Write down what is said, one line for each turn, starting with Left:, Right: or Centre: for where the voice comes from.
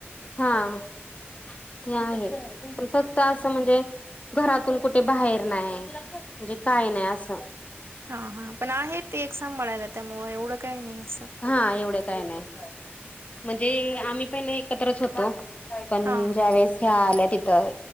Left: हां, ते आहे, पण फक्त असं, म्हणजे घरातून कुठे बाहेर नाय, म्हणजे काय नाय, असं.
Right: हां हां, पण आहे, ते एक सांभळायला त्यामुंळ एवढं काय नही, असं.
Left: हा एवढे काय नाही म्हणजे आम्ही पहिले एकत्रच होतो, पण
Right: हा
Left: ज्या वेळेस, ह्या आल्या तिथं